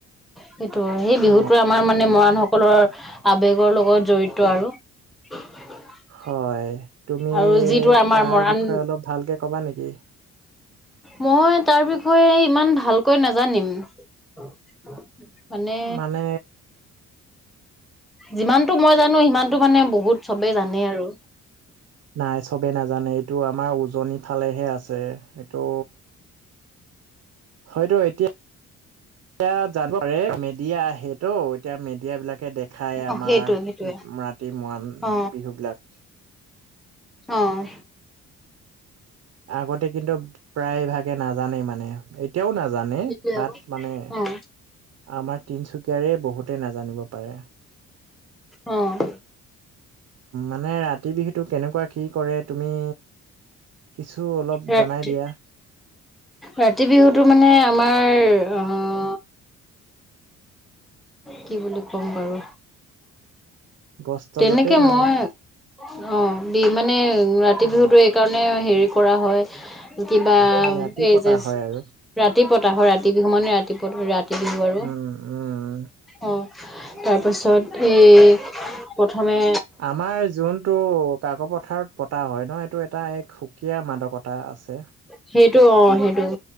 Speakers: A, in the centre; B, on the right.
A: সেইটো হয়, সেই
B: অ
A: বিহুতো আমাৰ মানে মৰাণ সকলৰ আবেগৰ লগত জৰিত আৰু। <inaudible>
B: হয়, তুমি
A: আৰু যিটো আমাৰ
B: তাৰ
A: মৰাণ
B: বিষয়ে অলপ ভাকে ক'বা নেকি?
A: মই তাৰ বিষয়ে ইমান ভালকৈ নাজানিম। মানে
B: মানে
A: যিমানতটো মই জানো, সিমানতটো মানে বহুত চবেই জানেই আৰু।
B: নাই চবে নাজানে, এইটো আমাৰ উজনিৰ ফালেহে আছে, এইটো হয়তো এতিয়া এতিয়া জানিব পাৰে, মেডিয়া আহেতো, এতিয়া মিডিয়া বিলাক কে দেখাই আমাৰ
A: অ সেইটোৱে সেইটোৱে
B: ৰাতি মৰাণ
A: অ
B: বিহু বিলাক।
A: অ'।
B: আগতে কিন্তু প্ৰায় ভাগে নাজানে মানে এতিয়াও নাজানে,
A: সেইটোৱে
B: বাট
A: আকৌ
B: মানে আমাৰ তিনচুকীয়াৰে বহুতেই নাজানিব পাৰে।
A: অ'।
B: মানে ৰাতি বিহুটো কেনেকুৱা কি কৰে তুমি কিছু অলপ
A: ৰাতি,
B: জনাই দিয়া
A: ৰাতি বিহুতো মানে আমাৰ অ', কি বুলি ক'ম বাৰু।
B: গছ তলতে
A: তেনেকে
B: মানে
A: মই, অ', বি, মানে ৰাতি
B: অ
A: বিহুতটো এইকাৰণে মানে হেৰি কৰা হয়, কিবা
B: ৰাতি
A: এই
B: পতা
A: যে
B: হয় আৰু
A: ৰাতি পতা হয়, ৰাতি বিহু মানে ৰাতিপুৱত, ৰাতি বিহু আৰু।
B: উম উম
A: অ', তাৰপাছত এই প্ৰথমে
B: আমাৰ জোনটো কাক পথাৰত পতা হয় ন', এইটো এটা এক সুকীয়া মাদকতা আছে।
A: সেইটো অ', সেইটো।